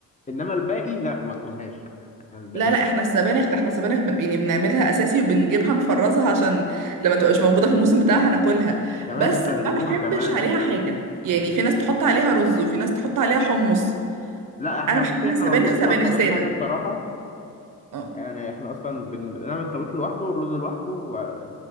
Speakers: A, on the left; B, on the right.
A: إنما الباقي لا ما آكلهاش يعني الباقي
B: لا لا احنا السبانخ ده احنا السبانخ بن... يعني بنعملها اساسي وبنجيبها نفرزها عشان لما تبقى مش موجوده في الموسم بتاعها ناكلها
A: كمان
B: بس
A: بتخزنوها
B: ما بحبش
A: كمان
B: عليها حاجه يعني في ناس تحط عليها رز وفي ناس تحط عليها حمص
A: لا إحنا
B: انا بحبها
A: بصي إحنا
B: سبانخ
A: ما بنحطش
B: سبانخ
A: على الطبيخ
B: ساده
A: حاجة بصراحة
B: اه
A: يعني احنا اصلا بنعمل الطبيخ لوحده والرز لوحده